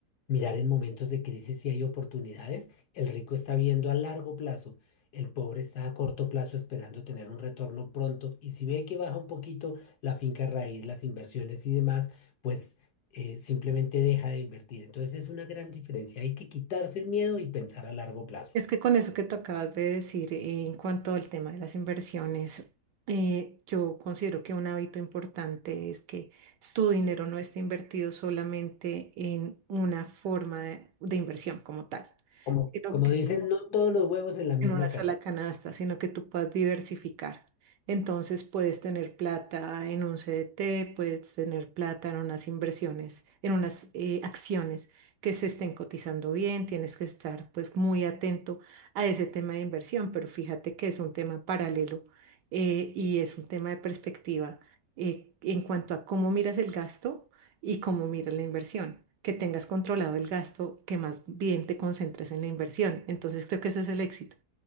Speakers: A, on the left; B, on the right.
A: Mirar en momentos de crisis si hay oportunidades. El rico está viendo a largo plazo. El pobre está a corto plazo esperando tener un retorno pronto. Y si ve que baja un poquito la finca raíz, las inversiones y demás, pues eh, simplemente deja de invertir. Entonces es una gran diferencia. Hay que quitarse el miedo y pensar a largo plazo.
B: Es que con eso que tú acabas de decir eh, en cuanto al tema de las inversiones, eh, yo considero que un hábito importante es que tu dinero no esté invertido solamente en una forma de, de inversión como tal,
A: Como,
B: sino
A: como
B: que
A: dicen, no todos los huevos en la misma
B: en una sola
A: canasta.
B: canasta, sino que tú puedas diversificar. Entonces puedes tener plata en un CDT, puedes tener plata en unas inversiones, en unas eh, acciones que se estén cotizando bien, tienes que estar pues muy atento a ese tema de inversión, pero fíjate que es un tema paralelo eh, y es un tema de perspectiva eh, en cuanto a cómo miras el gasto y cómo miras la inversión que tengas controlado el gasto, que más bien te concentres en la inversión. Entonces creo que ese es el éxito.